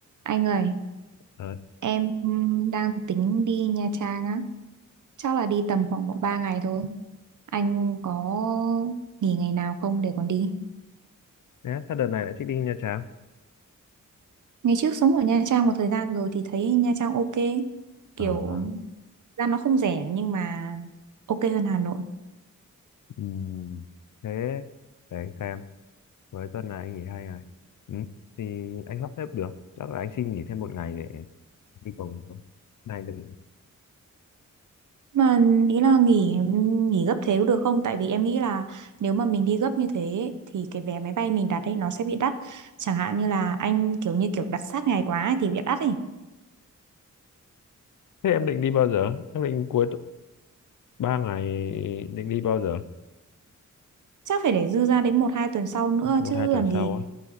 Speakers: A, on the right; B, on the left.
A: Anh ơi,
B: Ờ,
A: em ừm, đang tính đi Nha Trang á. Chắc là đi tầm khoảng độ 3 ngày thôi. Anh có nghỉ ngày nào không để còn đi?
B: thế sao đợt này lại thích đi Nha Trang?
A: Ngày trước sống ở Nha Trang một thời gian rồi thì thấy Nha Trang ok. Kiểu
B: Ờ,
A: ra nó không rẻ nhưng mà ok hơn Hà Nội.
B: ừm, Thế để anh xem, với tuần này anh nghỉ hai ngày. Ừ, thì anh sắp xếp được, chắc là anh xin nghỉ thêm một ngày để đi cùng thôi. Này được.
A: Mà ý là nghỉ nghỉ gấp thế có được không? Tại vì em nghĩ là nếu mà mình đi gấp như thế ấy, thì cái vé máy bay mình đặt ấy nó sẽ bị đắt. Chẳng hạn như là anh kiểu như kiểu đặt sát ngày quá ấy thì bị đắt ấy.
B: Thế em định đi bao giờ? Em định cuối tu- ba ngày định đi bao giờ?
A: chắc phải để dư ra đến một hai tuần sau nữa
B: Một
A: chứ
B: hai tuần
A: làm gì
B: sau á.